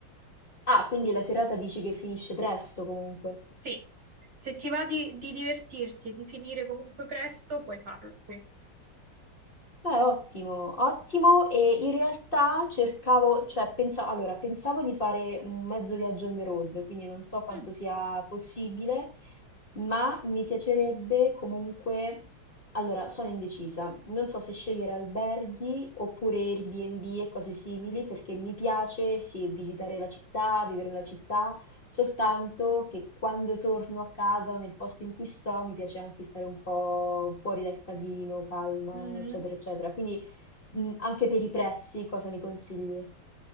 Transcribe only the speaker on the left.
Ah, quindi la serata dici che finisce presto comunque.
Beh, ottimo, ottimo. E in realtà cercavo, cioè pensavo, allora, pensavo di fare un mezzo viaggio on the road, quindi non so quanto
sia possibile, ma mi piacerebbe comunque, allora, sono indecisa. Non so se scegliere alberghi oppure Airbnb e cose simili, perché mi piace, sì, visitare la città, vivere la città, Soltanto che quando torno a casa o nel posto in cui sto, mi piace anche stare un po' fuori dal casino, calma,
eccetera, eccetera. Quindi mh, anche per i prezzi, cosa mi consigli?